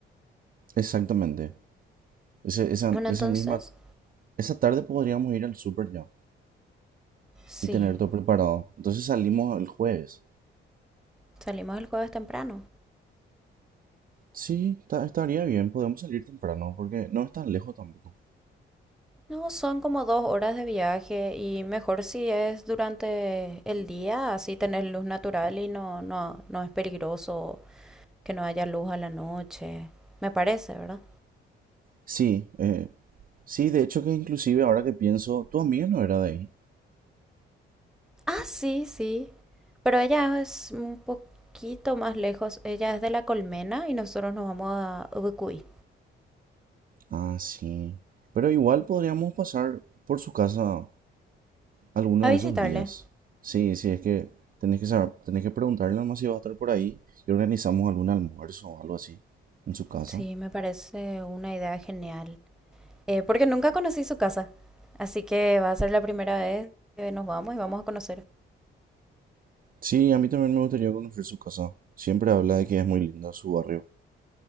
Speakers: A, on the right; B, in the centre.
A: exactamente. Ese- esa,
B: Bueno,
A: esa
B: entonces,
A: misma, esa tarde podríamos ir al súper ya
B: sí,
A: y tener todo preparado. Entonces, salimos el jueves.
B: salimos el jueves temprano.
A: Sí, ta- estaría bien, podemos salir temprano porque no es tan lejos tampoco.
B: No, son como dos horas de viaje y mejor si es durante el día, así tenés luz natural y no, no, no es peligroso que no haya luz a la noche. Me parece, ¿verdad?
A: Sí, eh, sí, de hecho que inclusive ahora que pienso, tu amiga no era de ahí.
B: Ah, sí, sí. Pero ella es un poquito más lejos. Ella es de La Colmena y nosotros nos vamos a Ubucuy
A: Ah, sí. Pero igual podríamos pasar por su casa alguno
B: a visitarle.
A: de esos días. Sí, sí, es que tenés que saber, tenés que preguntarle nomás si va a estar por ahí y organizamos algún almuerzo o algo así en su casa.
B: Sí, me parece una idea genial. Eh, porque nunca conocí su casa. Así que va a ser la primera vez que nos vamos y vamos a conocer.
A: Sí, a mí también me gustaría conocer su casa. Siempre habla de que es muy linda su barrio.